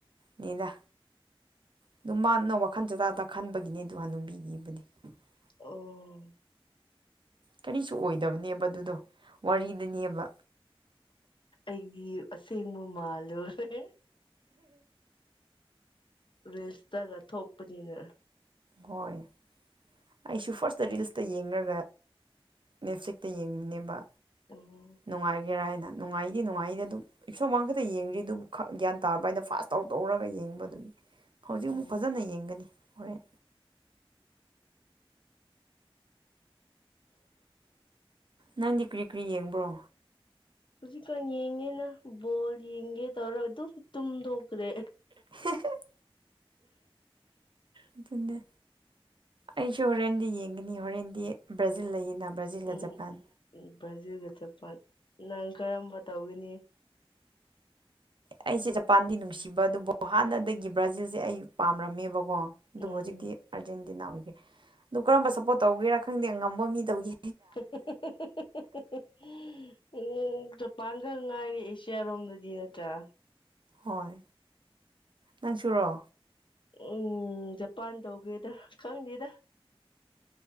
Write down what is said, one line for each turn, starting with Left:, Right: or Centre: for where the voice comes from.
Right: ꯅꯗ ꯑꯗꯨꯝ ꯃꯥꯅ ꯋꯥꯈꯜ ꯆ ꯆꯗ ꯈꯟꯕꯒꯤꯅꯦ ꯑꯗꯨ ꯍꯥꯟꯅꯕꯤꯒꯤ <inaudible>
Left: ꯑꯦ. ꯑꯦ
Right: ꯀꯔꯤꯁꯨ ꯑꯣꯏꯗꯕꯅꯦꯕ ꯑꯗꯨꯗꯣ ꯋꯥꯔꯤꯗꯅꯦꯕ
Left: ꯏꯗ ꯑꯁꯦꯡꯕꯥ ꯃꯥꯜꯂꯨꯔꯦ꯫ ꯔꯤꯜꯁꯇꯒ ꯊꯣꯛꯄꯅꯤꯅ
Right: ꯍꯣꯏ꯫ ꯑꯩꯁꯨ ꯐꯥꯔꯁꯇ ꯔꯤꯜꯁꯇ ꯌꯦꯡꯒ ꯅꯦꯠꯐ꯭ꯂꯤꯛꯇ ꯌꯦꯡꯕꯨꯅꯦꯕ
Left: ꯎꯝ
Right: ꯅꯨꯡꯉꯥꯏꯒꯦꯔꯥ ꯍꯥꯏꯅ ꯅꯨꯡꯉꯥꯏꯇꯗꯤ ꯅꯨꯡꯉꯥꯏꯗꯤ ꯑꯗꯨꯝ ꯏꯁ ꯏꯁꯣꯝ ꯋꯥ ꯈꯛꯇ ꯌꯦꯡꯗ꯭ꯔꯤ ꯑꯗꯨꯕꯨ ꯒ꯭ꯌꯥꯟ ꯇꯥꯕ ꯍꯥꯏꯥꯏꯅ ꯐꯥꯁ ꯇꯧ ꯇꯧꯔꯒ ꯌꯦꯡꯕ ꯑꯗꯨꯒꯤ ꯍꯧꯖꯤꯛ ꯑꯃꯨꯛ
Left: ꯎꯝ
Right: ꯐꯖꯅ ꯌꯦꯡꯒꯅꯤ ꯍꯣꯔꯦꯟ ꯅꯪꯗꯤ ꯀꯔꯤ ꯀꯔꯤ ꯌꯦꯡꯕ꯭ꯔꯣ
Left: ꯍꯧꯖꯤꯛꯀꯥꯟ ꯌꯦꯡꯉꯦꯅ ꯕꯣꯜ ꯌꯦꯡꯒꯦ ꯇꯧꯔꯒ ꯑꯗꯨꯝ ꯇꯨꯝꯗꯣꯛꯈ꯭ꯔꯦ
Right: <unintelligible> ꯑꯗꯨ ꯑꯩꯁꯨ ꯍꯣꯔꯦꯟꯗꯤ ꯌꯦꯡꯒꯅꯤ ꯍꯣꯔꯦꯟꯗꯤ ꯕ꯭ꯔꯥꯖꯤꯜ ꯂꯩꯌꯦꯅ ꯕ꯭ꯔꯥꯖꯤꯜꯗ
Left: ꯎꯝ
Right: ꯖꯄꯥꯟ
Left: ꯕ꯭ꯔꯥꯖꯤꯜꯒ ꯆꯄꯥꯟ ꯅꯪ ꯀꯔꯝꯕ ꯇꯧꯒꯅꯤ
Right: ꯑꯩꯁꯦ ꯖꯄꯥꯟꯗꯤ ꯅꯨꯡꯁꯤꯕ ꯑꯗꯨꯕꯨ ꯍꯥꯟꯅꯗꯒꯤ ꯕ꯭ꯔꯥꯖꯤꯜꯁꯦ ꯑꯩ ꯄꯥꯝꯔꯝꯃꯦꯕꯀꯣ ꯀꯣ ꯑꯗꯨꯕꯨ
Left: ꯎꯝ
Right: ꯍꯧꯖꯤꯛꯇꯤ ꯑꯥꯔꯖꯦꯟꯇꯤꯅꯥ ꯑꯣꯏꯒꯦ ꯑꯗꯨ ꯀꯔꯝꯕ ꯁꯞꯄꯣꯔꯠ ꯇꯧꯒꯦꯔꯥ ꯈꯪꯗꯦ ꯉꯝꯕ ꯃꯤꯗꯕꯒꯤ
Left: <inaudible> <unintelligible> ꯎ ꯆꯄꯥꯡꯒ ꯉꯥꯏꯔꯤ ꯑꯦꯁꯤꯌꯥꯔꯣꯝꯗꯗꯤ ꯅꯠꯇ꯭ꯔꯥ
Right: ꯍꯣꯏ ꯅꯪ ꯁꯨꯔꯣ
Left: ꯎꯝ ꯖꯄꯥꯟ ꯇꯧꯒꯦꯗ ꯈꯪꯗꯦꯗ